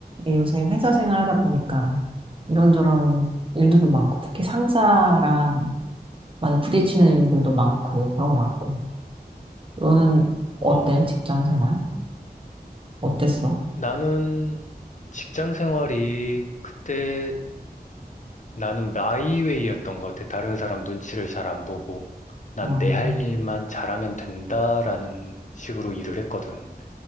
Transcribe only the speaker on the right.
예, 요새 회사 생활하다 보니까 이런저런 일들도 많고 특히 상사랑 많이 부딪히는 일들도 많고 그런 것 같아. 너는
어때? 직장 생활? 어땠어?
음,